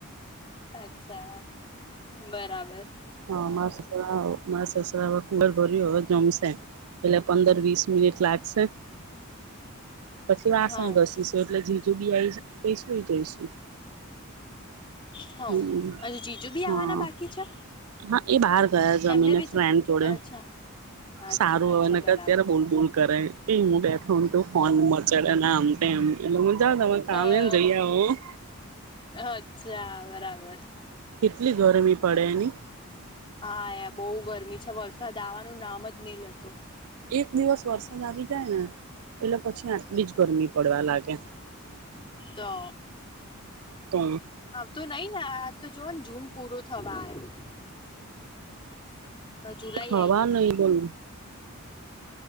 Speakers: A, on the left; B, on the right.
A: અચ્છા બરાબર.
B: હાસ મા સસરા ખબર ભરી હો જમશે. એેલે પંદર વીસ મિનિટ લાગશે. પછી વાસણ
A: હવ
B: ઘસીશું એટલે જીજુ બી આવીશું. પૈસું એ જૈસું.
A: હોવ
B: હમ
A: હજુ જીજુ બી
B: હા
A: આવવાના બાકી છે
B: હા એ બહાર ગયા છે અમીને
A: એમને બી
B: ફ્રેન્ડ
A: છે
B: જોડે
A: અચ્છા અચ્છા
B: સારું
A: અચ્છા
B: હને
A: બરાબર
B: કે અત્યારે બોલ બોલ કરે કે હું બેઠું તું ફોન મચડે આમમ એટલે મજા તમે કામને
A: ઓહો
B: જઈ. હમ.
A: અચ્છા બરાબર. <inaudible>
B: કેટલી ગરમી પડે એની.
A: હા યાર બહુ ગરમી છે વરસાદ આવાનું નામ જ નહી લેતો.
B: એક દિવસ વરસાદ આવી જાય ને એટલે પછી આટલી જ. ગરમી પડવા લાગે
A: તો
B: તો.
A: તો નઈ ને આ તો જોવા ને જૂન પૂરો થવા આવ્યો. જુલાઈ
B: એક હવા
A: આઈ જશે
B: નહી બોલ.